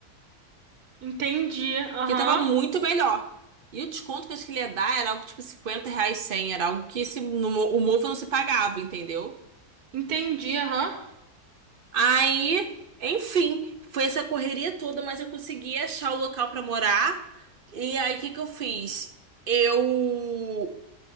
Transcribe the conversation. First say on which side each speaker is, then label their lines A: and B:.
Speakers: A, on the right; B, on the right.
A: Entendi, aham.
B: que estava muito melhor. E o desconto que eu acho que ele ia dar era algo tipo 50 reais, 100, era algo que esse, no Mo- o Movo não se pagava, entendeu?
A: Entendi, aham.
B: Aí, enfim, foi essa correria toda, mas eu consegui achar o local para morar. E aí, o que que eu fiz? Eu